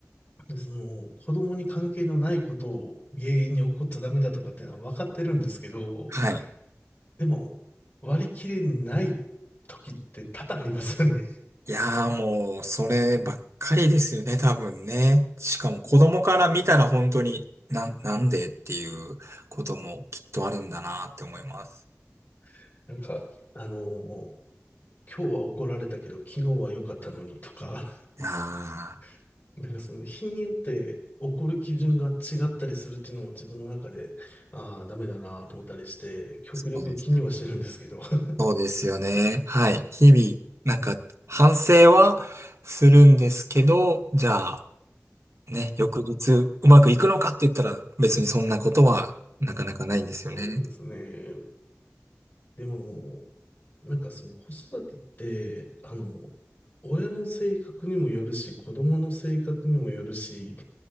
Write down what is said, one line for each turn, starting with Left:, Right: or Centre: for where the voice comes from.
Left: で、その、子供に関係のないことを原因に起こっちゃダメだとかっていうのは分かってるんですけど、
Right: はい。
Left: でも、割り切れない時って多々ありますよね。
Right: いやーもう、そればっかりですよね、多分ね。しかも子供から見たら本当に、な、なんでっていうこともきっとあるんだなって思います。
Left: <laughs> なんか、あの、今日は怒られたけど、昨日は良かったのにとか、
Right: ああ、
Left: <laughs> なんかその日によって怒る基準が違ったりするっていうのも自分の中で、ああ、ダメだなと思ったりして、極力気にはしてるんですけど。
Right: そうですよね。
Left: <laughs>
Right: そうですよね。はい。日々、なんか、反省はするんですけど、じゃあ、ね、翌日うまくいくのかって言ったら別にそんなことはなかなかないんですよね。
Left: そうなんですね。でも、なんかその子育てって、あの、親の性格にもよるし、子供の性格にもよるし、